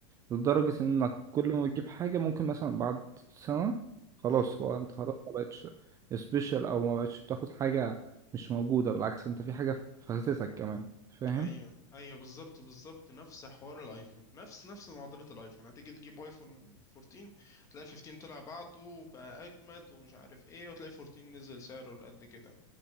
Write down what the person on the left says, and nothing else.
امم
ايوه ايوه بالظبط بالظبط نفس حوار الايفون نفس نفس معضله الايفون هتيجي تجيب ايفون 14 تلاقي 15 طلع بعده وبقى اجمد ومش عارف ايه وتلاقي 14 نزل سعره لقد كده